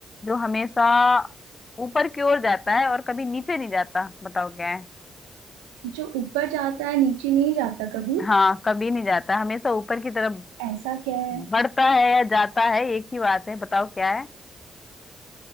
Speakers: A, on the left; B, on the right.
A: जो हमेशा ऊपर की ओर जाता है और कभी नीचे नहीं जाता बताओ क्या है
B: जो ऊपर जाता है नीचे नहीं जाता कभी
A: हाँ कभी नहीं जाता हमेशा ऊपर की तरफ
B: ऐसा क्या है
A: बढ़ता है या जाता है एक ही बात है बताओ क्या है